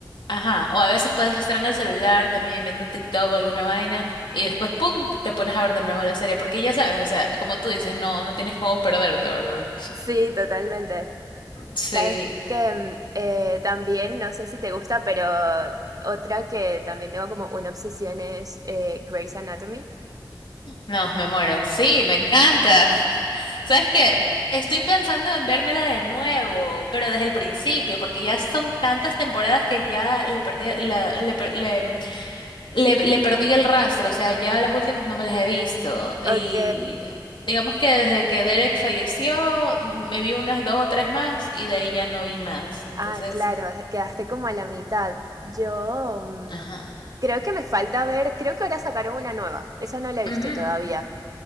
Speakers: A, on the left; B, on the right.
A: Ajá, o a veces puedes estar en el celular también viendo TikTok o alguna vaina y después, ¡pum!, te pones a ver de nuevo la serie porque ya sabes, o sea, como tú dices, no, no tienes cómo perderte, ¿verdad?
B: Sí, totalmente.
A: Sí,
B: Sabes que mm, eh, también, no sé si te gusta, pero otra que también tengo como una obsesión es eh, Grey's Anatomy.
A: no, me muero, sí, me encanta. <laughs> ¿Sabes qué? Estoy pensando en vérmela de nuevo, pero desde el principio, porque ya son tantas temporadas que ya le perdí, la, le, per- le- Le, le perdí el rastro, o sea, ya las últimas no me las he visto.
B: Ok.
A: Y digamos que desde que Derek falleció, me vi unas dos o tres más y de ahí ya no vi más. Entonces,
B: Ah, claro, quedaste como a la mitad. Yo mm,
A: ajá.
B: creo que me falta ver, creo que ahora sacaron una nueva, esa no la he visto
A: Ujú,
B: todavía.